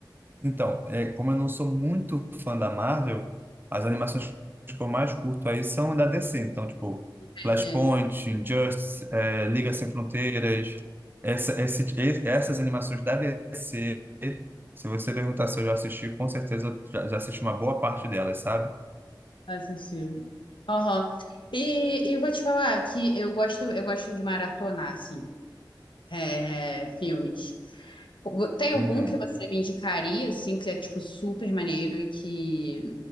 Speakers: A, on the right; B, on the left.
A: então, é, como eu não sou muito fã da Marvel, as animações que eu mais curto aí são da DC. Então, tipo,
B: Entendi.
A: Flashpoint, Injustice, é, Liga Sem Fronteiras, essa, esse, e- essas animações da DC, se você perguntar se eu já assisti, com certeza eu já, já assisti uma boa parte delas, sabe?
B: Assistiu. Horror. E, e vou te falar que eu gosto, eu gosto de maratonar, assim, é, filmes. Tem algum
A: Uhum.
B: que você me indicaria, assim, que é, tipo, super maneiro e que